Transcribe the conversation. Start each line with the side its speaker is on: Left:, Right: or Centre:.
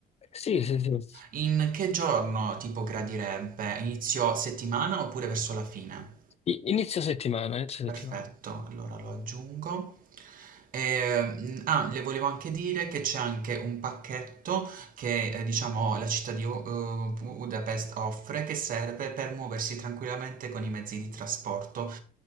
Left: sì, sì. sì.
Right: In che giorno tipo gradirebbe? Inizio settimana oppure verso la fine?
Left: I- Inizio settimana, inizio
Right: Perfetto,
Left: settimana.
Right: allora lo aggiungo. Ehm, ah, le volevo anche dire che c'è anche un pacchetto che eh, diciamo la città di U- eh, Budapest offre che serve per muoversi tranquillamente con i mezzi di trasporto, eh,